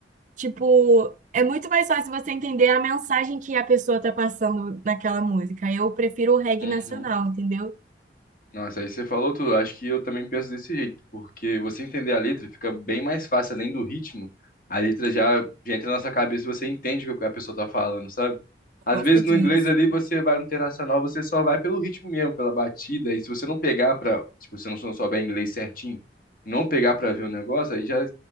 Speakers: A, on the right (about 45°); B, on the left (about 50°).
A: Tipo, é muito mais fácil você entender a mensagem que a pessoa tá passando naquela música. Eu prefiro o reggae
B: Uhum.
A: nacional, entendeu?
B: Nossa, aí você falou tudo. Acho que eu também penso desse jeito, porque você entender a letra fica bem mais fácil, além do ritmo. A letra já, já entra na nossa cabeça, e você entende o que a pessoa tá falando, sabe?
A: Eu
B: Às
A: gosto
B: vezes
A: disso.
B: no inglês ali você vai no internacional, você só vai pelo ritmo mesmo, pela batida. E se você não pegar pra, se você não souber inglês certinho, não pegar pra ver o negócio, aí já